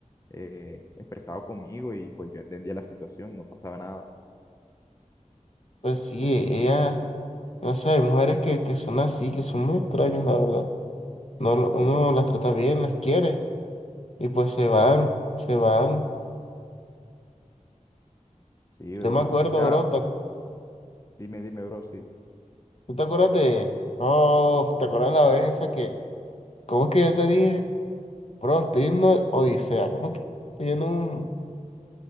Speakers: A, on the left; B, on the left.
A: eh, expresado conmigo y pues yo entendía la situación, y no pasaba nada.
B: Pues sí, ella, no sé, hay mujeres que, que son así, que son muy extrañas, la verdad. No, lo- uno
A: Sí,
B: las trata bien, las quiere, y pues se van, se van.
A: sí, bro.
B: Yo me acuerdo,
A: O sea,
B: bro, ¿te acu-
A: dime, dime, bro, sí.
B: ¿tú te acuerdas de... Oh, ¿te acuerdas la vez esa que... ¿Cómo es que yo te dije? Bro, estoy en una odisea, ¿cómo es que estoy en un...